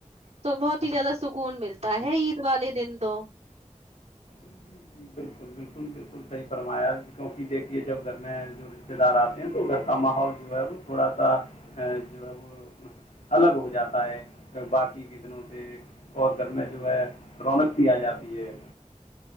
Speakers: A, on the right; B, on the left.
A: تو بہت زیادہ سکون ملتا ہے عید والے دن تو
B: جی جی بالکل بالکل بالکل صحیح فرمایا کیونکہ دیکھیے جب گھر میں جو رشتے دار آتے ہیں تو گھر کا ماحول جو ہے وہ تھوڑا سا جو ہے وہ الگ ہو جاتا ہے باقی کے دنوں سے اور گھر میں جو ہے رونق بھی آ جاتی ہے